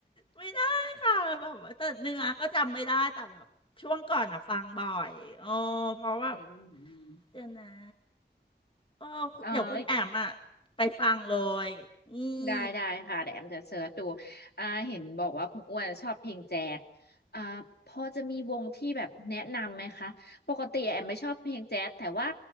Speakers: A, on the left; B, on the left.
A: ไม่ได้ค่ะแบบว่าแต่เนื้อก็จำไม่ได้แต่แบบช่วงก่อนอ่ะฟังบ่อยอ๋อเพราะว่า
B: อืมอืม <laughs> อืม
A: เดี๋ยวนะอ๋อคุณเดี๋ยวคุณแอมอ่ะ
B: เออ
A: ไปฟังเลยอืม
B: ได้ได้ค่ะเดี๋ยวแอมจะเสิร์ชดูอ่าเห็นบอกว่าคุณอ้วนชอบเพลงแจ๊สอ่าพอจะมีวงที่แบบแนะนำไหมคะ ปกติแอมไม่ชอบเพลงแจ๊สแต่ว่า